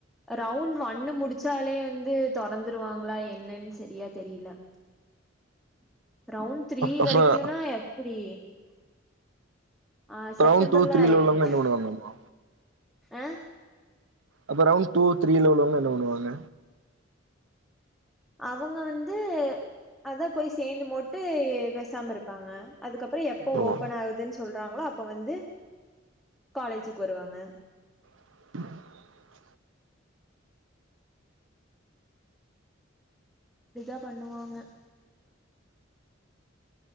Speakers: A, in the centre; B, on the right.
A: ரவுண்ட் ஒன்னு முடிச்சாலே வந்து தொறந்துருவாங்காளி என்னன்னு சரியா தெரில ரவுண்ட் த்ரீ
B: அப்ப
A: வரைக்கும்னா எப்டி ஆ செப்டம்பர்ல
B: ரவுண்ட் டூ த்ரீல
A: ஆய்ருந்தலே
B: உள்ளவங்க என்ன பண்ணுவாங்கம்மா
A: ஆ
B: அப்ப ரவுண்ட் டூ த்ரீல உள்ளவங்க என்ன பண்ணுவாங்க
A: அவங்க வந்து அதான் போய் சேர்ந்து மோட்டு பேசாம இருப்பாங்க அதுக்கப்பறோ எப்போ
B: ஓ
A: ஓபன் ஆகுதுன்னு சொல்றாங்களோ அப்போ வந்து காலேஜுக்கு வருவாங்க
B: <inaudible>
A: இப்டிதான் பண்ணுவாங்க